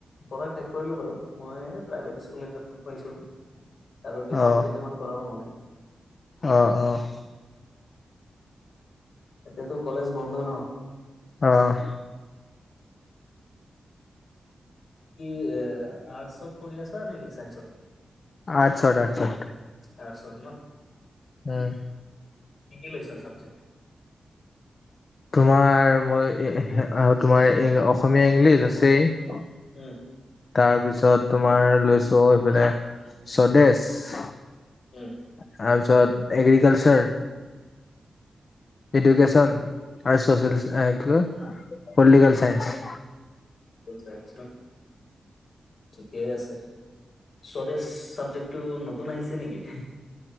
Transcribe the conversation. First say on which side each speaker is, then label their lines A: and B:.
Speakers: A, on the left; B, on the left.
A: পঢ়া শেষ কৰিলো বাৰু, মই এই প্ৰাইভেট স্কুল এটাত সোমাইছো। আৰু টিউচন
B: অ
A: কেইটামান কৰাও মানে
B: অ', অ'
A: এতিয়াতো কলেজ বন্ধ ন?
B: অঁহ।
A: কি এআ আৰ্টছত পঢ়ি আছা নে কি চাইন্সত?
B: আৰ্টছত আৰ্টছত
A: আৰ্টছত ন?
B: উম
A: কি কি লৈছা ছাবজেক্ট?
B: তোমাৰ মই এহ এ‌ তোমাৰ এ অসমীয়া, ইংলিছ আছেই
A: উম।
B: তাৰপিছত তোমাৰ লৈছো এইফালে স্বদেছ
A: উম।
B: তাৰপিছত এগ্ৰিকালছাৰ, ইডুকেছন আৰু চছিয়েলছ এ কি কয় পলিটিকেল চাইন্স।
A: প'ল চাইন্স ন', ঠিকেই আছে। স্বদেছ চাবজেক্ট টো নতুন আহিছে নেকি? <unintelligible>